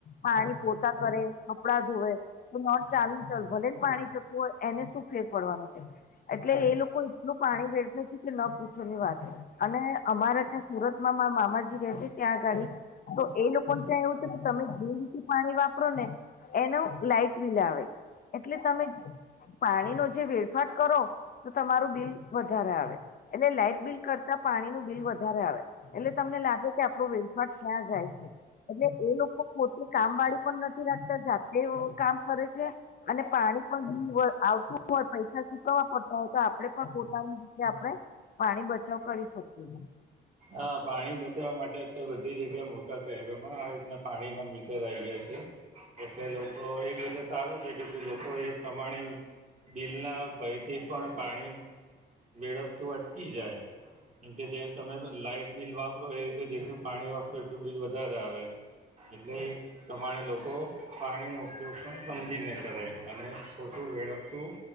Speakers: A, on the left; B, on the right.
A: પાણી પોતા કરે કપડા ધોવે તો નળ ચાલુ ચાલ ભલે ને પાણી જતું હોય એને શું ફેર પડવાનું છે. એટલે એ લોકો એટલું પાણી વેડફેસે કે ન પૂછો વાત અને અમારે ત્યાં સુરતમાં મા મામાજી રહે છે ત્યાં આગાડી તો એ લોકો ક્યા એવું છે કે તમે જે રીતે પાણી વાપરો ને એનું લાઈટ બિલ આવે એટલે તમે પાણીનો જે વેડફાટ કરો તો તમારું બિલ વધારે આવે. એટલે લાાઈટ બિલ કરતા પાણી નું બિલ વધારે આવે એટલે તમને લાગે કે આપડો વેડફાટ કયા જાય છે. એટલે એ લોકો ખોટી કામ વાળી પણ નથી રાખતા જાતે કામ કરે છે અને પાણી પણ હોય આવતું હોય પૈસા ચૂકવવા પડતા હોય તો આપડે પણ પોતાની રીતે આપણે પાણી બચાવ કરી શકીએ.
B: હા પાણી બચવા માટે અત્યાર બધી જગ્યાએ મોટા શહેરોમાં આવી રીતના પાણીના મી ટર આય ગયા છે એટલે લોકો એ રીતે સારું છે લોકો એ પ્રમાણે બિલના ભયથી પણ પાણી વેળફતું અટકી જાય કે જેમ તમે લાઈટ બિલ વાપરો એ રીતે જેટલું પાણી વાપરો એટલું બિલ વધારે આવે. એટલે પ્રમાણે લોકો પાણી નો ઉપયોગ પણ સમજીને કરે. અને ખોટું વેળપતું